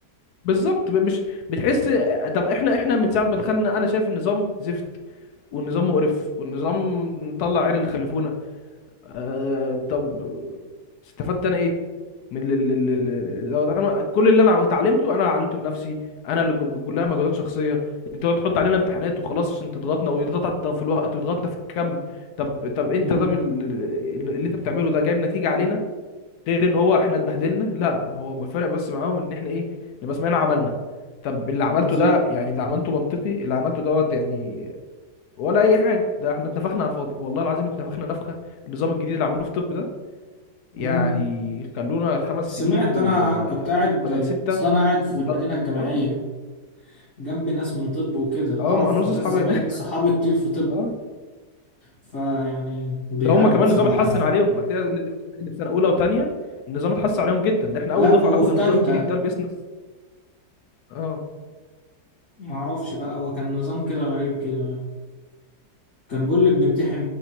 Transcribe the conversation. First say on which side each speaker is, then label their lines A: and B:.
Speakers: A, on the left (about 70°); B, on the left (about 45°).
A: بالظبط ب- مش بتحس طب احنا احنا من ساعه ما دخلنا انا شايف النظام زفت والنظام مقرف والنظام طلع عين اللي خلفونا آه طب استفدت انا ايه من ال- ال- ال- ال- لو انا كل اللي انا اتعلمته انا اللي علمته بنفسي انا اللي ج- كلها مجهودات شخصيه انتوا تحط علينا امتحانات وخلاص عشان تضغطنا ويضغط انت في الوقت ويضغطنا في الكم طب طب انت
B: مم.
A: طب ال- ال- ال- اللي انت بتعمله ده جايب نتيجه علينا غير ان هو احنا اتبهدلنا لا هو الفرق بس معاهم ان احنا ايه نبقى سمعنا عملنا طب اللي عملته
B: بالظبط
A: ده يعني ده عملته منطقي اللي عملته دوت يعني ولا اي حاجه ده احنا اتنفخنا على الفاضي والله العظيم اتنفخنا نفخه النظام الجديد اللي عملوه في الطب ده
B: مم.
A: يعني خلونا خمس
B: سمعت
A: سنين وبدل
B: أنا كنت قاعد
A: سته
B: أصل أنا قاعد في
A: وده
B: المدينة الجامعية
A: اه
B: جنبي ناس من طب وكده
A: اه
B: أعرف
A: ما انا نص
B: ناس
A: اصحابي
B: زمايل
A: هنا <laughs>
B: صحابي كتير في طب
A: اه
B: فيعني بيعانوا
A: ده هم كمان
B: بصراحة
A: نظام اتحسن
B: يعني
A: عليهم هتلاقي اللي اللي في سنه اولى وثانيه النظام اتحسن عليهم جدا ده احنا
B: لا
A: اول دفعه
B: هو
A: ناخد
B: في
A: النظام
B: تالتة
A: الجديد ده البيزنس اه
B: معرفش بقى هو كان نظام كده غريب كده كان بيقول لي بنمتحن